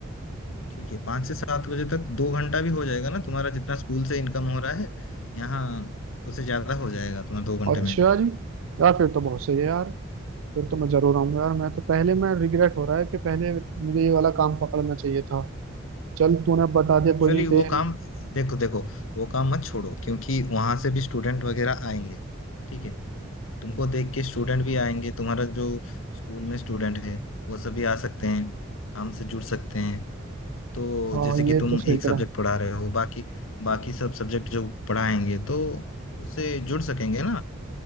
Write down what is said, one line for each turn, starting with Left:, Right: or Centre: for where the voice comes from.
Left: ठीक है पाँच से सात बजे तक दो घंटा भी हो जाएगा ना तुम्हारा जितना स्कूल से इनकम हो रहा है यहाँ उससे ज्यादा हो जाएगा तुम्हारा दो घंटे
Right: अच्छा
Left: में
Right: जी यार फिर तो बहुत सही है यार फिर तो मैं जरूर आऊंगा यार मैं तो पहले मैं रिग्रेट हो रहा है कि पहले मुझे ये वाला काम पकड़ना चाहिए था चल तूने बता दिया
Left: एक्चुअली
Right: कोई नहीं
Left: वो
Right: देर
Left: काम देखो देखो वो काम मत छोड़ो क्योंकि वहां से भी स्टूडेंट वगैरह आएंगे ठीक है तुमको देख के स्टूडेंट भी आएंगे तुम्हारा जो स्कूल में स्टूडेंट है वो सभी आ सकते हैं काम से जुड़ सकते हैं तो
Right: हाँ
Left: जैसे कि
Right: ये
Left: तुम
Right: तो सही
Left: एक
Right: करा
Left: सब्जेक्ट
Right: है
Left: पढ़ा रहे हो बाकी बाकी सब सब्जेक्ट जो पढ़ाएंगे तो उससे जुड़ सकेंगे ना